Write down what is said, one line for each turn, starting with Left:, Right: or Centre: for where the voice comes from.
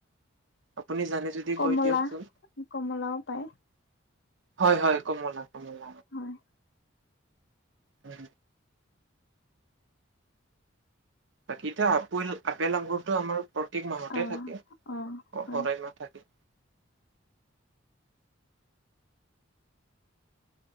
Right: আপুনি জানে যদি
Left: কমলা
Right: কৈ দিয়কচোন।
Left: কমলাও পায়
Right: হয় হয় কমলা কমলা।
Left: হয়
Right: হয়। বাকী এতিয়া আপুল আপেল আঙুৰতো আমাৰ প্ৰত্যেক মাহতে
Left: অ
Right: থাকে। সদায়
Left: অ হয়
Right: নাথাকে